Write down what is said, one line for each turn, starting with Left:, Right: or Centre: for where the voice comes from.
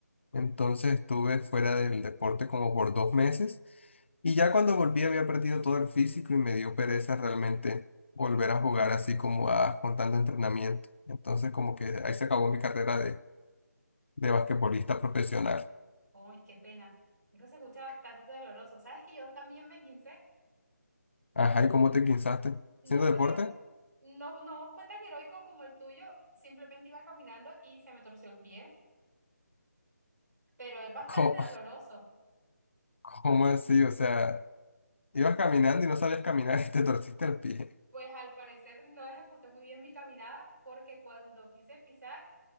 Left: Entonces estuve fuera del deporte como por dos meses y ya cuando volví había perdido todo el físico y me dio pereza realmente volver a jugar así como a, con tanto entrenamiento. Entonces como que ahí se acabó mi carrera de, de basquetbolista profesional.
Right: ¡Ay, qué pena! Eso se escucha bastante doloroso. ¿Sabes que yo también me guincé?
Left: Ajá, ¿y cómo te guinzaste?
Right: No
Left: ¿Haciendo
Right: fue
Left: deporte?
Right: tan, no, no fue tan heroico como el tuyo, simplemente iba caminando y se me torció el pie, pero es bastante
Left: ¿Cómo,
Right: doloroso.
Left: <laughs> cómo así? O sea, ibas caminando y no sabías caminar y te torciste el pie.
Right: Pues al parecer no ejecuté muy bien mi caminada porque cuando quise pisar,